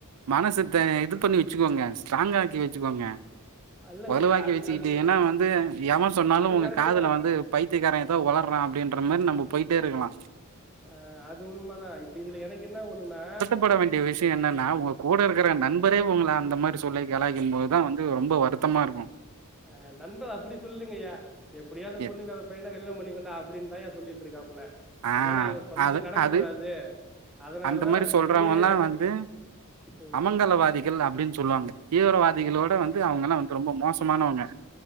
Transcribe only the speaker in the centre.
இல்லங்கய்யா
அது
அதுக்கு
அது
கரெக்ட்
தா
ஆ அது உண்மதா இப்ப இதுல எனக்கு என்ன ஒண்ணுன்னா
அ
ஆ நண்பர் அப்டி சொல்லுங்கையா எப்டியோ அந்த
பொண்ணு வேதப் பையன கல்யாண பண்ணிக்கோண்டா அப்டின்தாயா சொல்லிட் இருக்காப்ல
அதனால அவ சொன்னது
நடக்க
கூடாது அதனாலதா
நா
இப்பயே
ம்